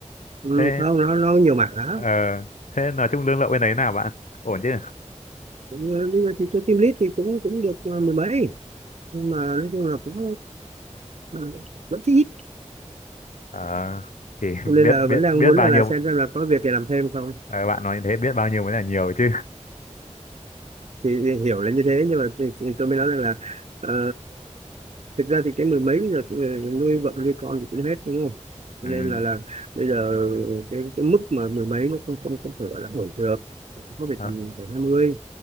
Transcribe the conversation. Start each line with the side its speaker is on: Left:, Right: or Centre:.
Right: Ừ,
Left: thế
Right: không nó nó nhiều mặt lắm
Left: ờ thế nói chung lương lậu bên đấy nào bạn ổn chứ
Right: cũng ờ, bây giờ thì tôi team lead thì cũng cũng được ờ, mười mấy nhưng mà nói chung là cũng ờ, vẫn chưa ít
Left: Ờ, thì <laughs>
Right: Cho nên
Left: biết
Right: là
Left: biết
Right: vẫn đang
Left: biết
Right: muốn
Left: bao
Right: là, là
Left: nhiêu
Right: xem xem là có việc để làm thêm không
Left: ờ, bạn nói như thế biết bao nhiêu mới là nhiều chứ
Right: thì thì hiểu là như thế nhưng mà thì, thì tôi mới nói rằng là ờ, thực ra thì cái mười mấy bây giờ thì ờ, nuôi vợ nuôi con thì cũng hết đúng không
Left: ừ.
Right: cho nên là là bây giờ cái, cái mức mà mười mấy nó không không không phải gọi là ổn được nó phải
Left: ờ,
Right: tầm khoảng hai mươi